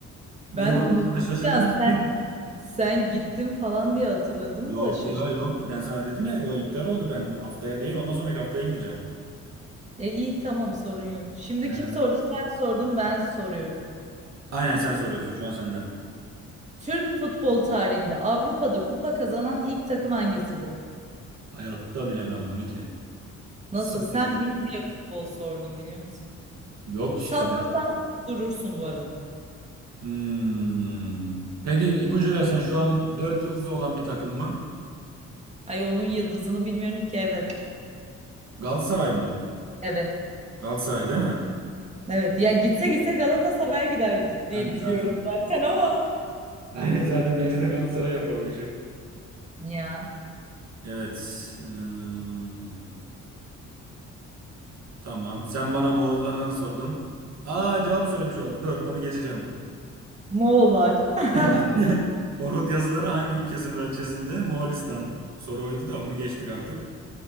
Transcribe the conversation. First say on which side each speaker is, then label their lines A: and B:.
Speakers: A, on the right; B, on the right.
A: Ben
B: Niye buna
A: unuttum
B: bu kadar şaşırdın
A: ya sen
B: ki? <laughs>
A: sen gittin falan diye hatırladım
B: Yok
A: da şaşırdım.
B: ya yok. Ben sana dedim ya o iptal oldu ben haftaya değil ondan sonraki haftaya gideceğim.
A: E iyi tamam sorun yok. Şimdi
B: He.
A: kim sordu? Sen sordun ben soruyorum.
B: Aynen sen soruyorsun şu an sende.
A: Türk futbol tarihinde Avrupa'da kupa kazanan ilk takım hangisidir?
B: Hayatta bilemem bunu ki.
A: Nasıl?
B: Spor.
A: Sen bil diye futbol sordum biliyor musun?
B: Yok işte
A: Sallasan
B: ben.
A: durursun bu arada.
B: Hmm. Peki ipucu versen şu an 4 yıldız olan bir takım mı?
A: Ay onun yıldızını bilmiyorum ki evet.
B: Galatasaray mı?
A: Evet.
B: Galatasaray değil mi?
A: Evet. Ya gitse gitse Galatasaray gider diye
B: Yani
A: biliyorum
B: zaten.
A: zaten ama.
B: <laughs> Aynen zaten bence de Galatasaray yapar o işi.
A: Ya.
B: Evet. ım, tamam. Sen bana Moğollardan sordun. Aa cevabı söylemiş oldum. Dur onu geçeceğim.
A: Moğollar. <laughs>
B: <laughs> Orhut yazıları hangi ülke sınırları içerisinde? Moğolistan. Soru oydu da onu geçtik artık.